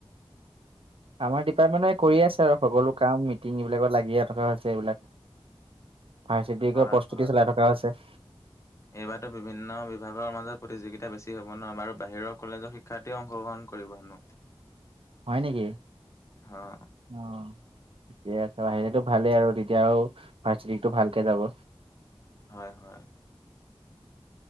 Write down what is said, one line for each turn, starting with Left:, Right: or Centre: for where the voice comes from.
Right: আমাৰ ডিপাৰ্টমেণ্টে কৰি আছে আৰু সকলো কাম টিঙি এইবিলাকত লাগি থকা হৈছে এইবিলাক, ভাৰ্চিটি ইওকৰ
Left: হয়,
Right: প্ৰস্তুতি
Left: হয়
Right: চলাই থকা হৈছে।
Left: এইবাৰতো বিভিন্ন বিভাগৰ মাজত প্ৰতিযোগিতা বেছি হ'ব ন, আৰু বাহিৰৰ কলেজৰ শিক্ষা শিক্ষাৰ্থী অংশগ্ৰহণ কৰিব হেনো।
Right: হয় নেকি?
Left: অ'।
Right: অ', ঠিকে আছে, বাহিৰতটো ভালেই আৰু তেতিয়াও আৰু ভাৰ্চিটিটো ইওক ভালকে যাব।
Left: হয় হয়,